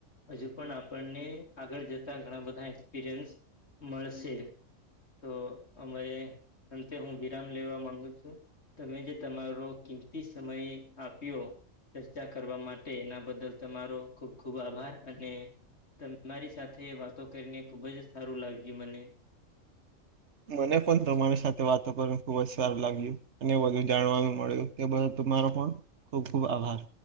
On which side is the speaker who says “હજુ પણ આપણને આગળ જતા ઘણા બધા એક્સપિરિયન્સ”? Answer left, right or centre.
Left